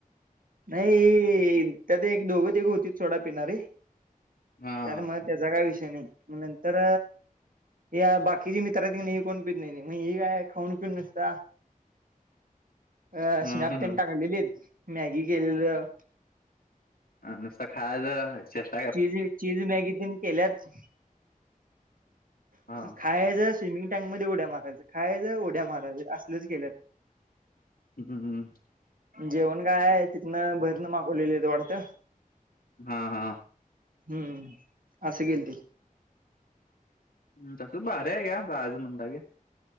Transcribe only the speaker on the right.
नाही त्यात एक दोघ तिघ होतीत सोडा पिणारी.
तर
मग त्याचा काय विषय नाही म नंतर या बाकीचे मित्र आहेत कनी ही कोण पित नाहीती मग हे काय खाऊ पिऊन नुसत अ
स्नॅप
तेन टाकाय गेलीत मॅगी केलेलं
चीज, चीजि मॅगी तेन केल्यात
खायाच स्विमिंग टँक मध्ये ऊड्या मारायच. खायच उढ्या मारायच असलच केल्यात.
जेवण काय तिथनं बाहेरनं मागवलेली त वाटतं.
हम्म असं गेलते.